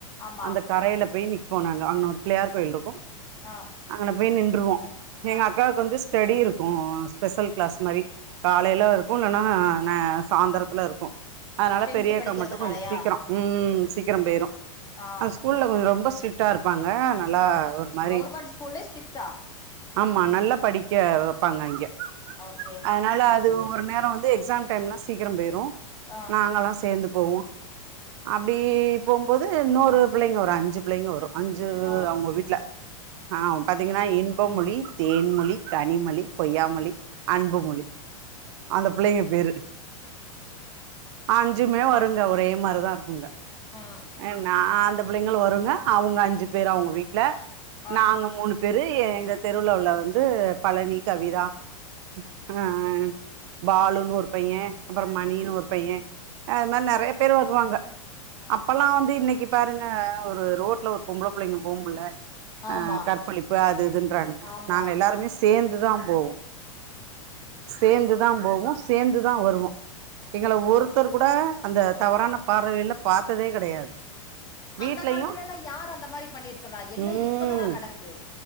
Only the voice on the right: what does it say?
அந்த கரையில போய் நிக் போனாங்க அங்க ஒரு பிள்ளயார் கோயில் இருக்கு
அங்கன போய் நின்றுவோ எங்க
அக்காவுக்கு வந்து ஸ் ஸ்டெடி இருக்கு ஸ்பெஷல் க்ளாஸ் மாரி காலேல இருக்கு இல்லன்னா ந சாந்தெரத்துல இருக்கு அதனால
பெரிய அக்கா
மட்டு கொஞ்சொ சீக் ம் சீக்கரொ போயிரு
அந்த ஸ்கூல்ல ஒரு ரொம்ப ஸ்ரிட்டா இருப்பாங்க நல்லா ஒரு மாரி
ஆமா நல்லா படிக்க வெப்பாங்க அங்கெ
அத்னால அது ஒரு நேரோ வந்து எக்ஸாம் டைம்லா சீக்கெரம் போயிரு
நாங்கெல்லா சேந்து போவோ அப்டி போம்போது இன்னொரு புள்ளெங்க வரு அஞ்சு புள்ளெங்க வரு அஞ்சு
அவ்ங்க வீட்ல ஆ பாத்தீங்கன்னா இன்பமொழி தேன்மொழி கனிமொழி பொய்யாமொழி அன்புமொழி அந்த புள்ளெக பேரு அஞ்சுமே வருங்க ஒரே மாரிதா இருக்குங்க
எ நா அந்த புள்ளெங்களு வருங்க அவ்ங்க அஞ்சு பேர் அவ்ங்க வீட்ல
நாங்க மூணு பேரு எங்க தெருவுல உள்ள வந்து பழனி கவிதா ஆ ஆ பாலு ன்னு ஒரு பைய அப்பறொ மணின்னு
ஒரு பைய
அது மாரி நறையா பேர் வருவாங்க
அப்பெல்லா வந்து இன்னெக்கி பாருங்க ஒரு ரோட்ல ஒரு பொம்பள புள்ளெங்க போம்முட்ல ஆ
கற்பழிப்பு அது இதுன்றாங்க
நாங்க எல்லாருமே சேந்துதா போவோ
சேந்துதா போவோ சேந்துதா வருவோ எங்கள ஒருத்தர் கூட அந்த தவறான பார்வையில பாத்ததே கெடையாது வீட்லயு
ம்